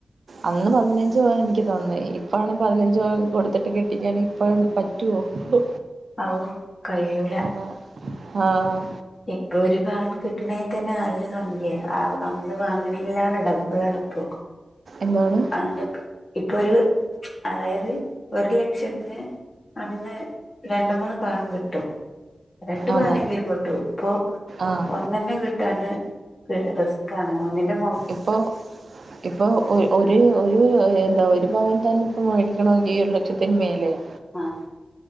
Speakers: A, on the right; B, on the left.
A: അന്ന് പതിനഞ്ച് പവന് ഇൻക്ക് തന്ന് ഇപ്പഴാണ് പതിനഞ്ചവൻ കൊട്ത്തിട്ട് കെട്ടിക്കാന് പ്പഴും പറ്റൊ മോ
B: ഔ കയ്യൂല
A: അ ആഹ്
B: ഇപ്പൊ ഒരു സാനം കിട്ടണെ തന്നെ നല്ല സംഖ്യ ആവും അന്ന് വാങ്ണെലെറെ ടബളാണ്പ്പോ
A: എന്നാണ്?
B: അന്നൊക്ക് ഇപ്പൊര് അതായത് ഒരു ലക്ഷത്തിന് അന്ന് രണ്ട് മൂന്ന് പവൻ കിട്ടും രണ്ട് പവനെങ്കിലും
A: അതെ
B: കിട്ടു പ്പൊ
A: ആഹ്
B: ഒന്നന്നെ കിട് കത് ഒര്റിസ്കാണ് ഒന്നിന്റെ
A: ഇപ്പൊ ഇപ്പോ ഒ ഒര് ഒരു ന്താ ഒരു പവൻ തന്നെ ഇപ്പം മേടിക്കണേങ്കി ഈ ഒരു ലക്ഷത്തിന് മേലെയാ
B: അഹ്